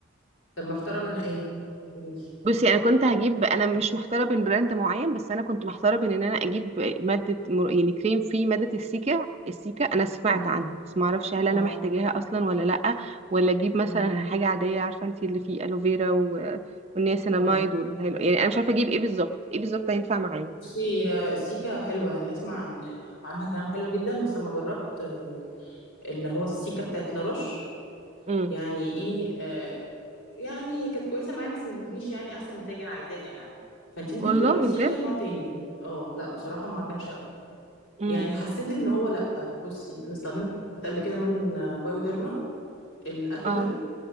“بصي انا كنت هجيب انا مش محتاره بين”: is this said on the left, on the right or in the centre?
Right